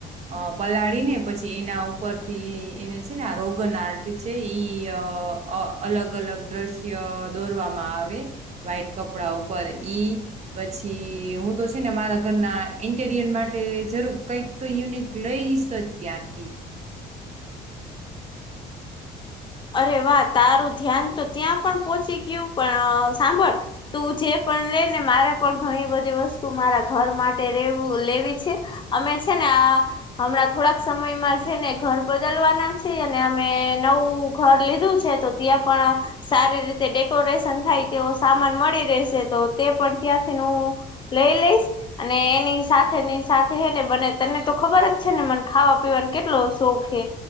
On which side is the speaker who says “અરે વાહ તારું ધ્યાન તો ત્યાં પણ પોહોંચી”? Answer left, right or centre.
Left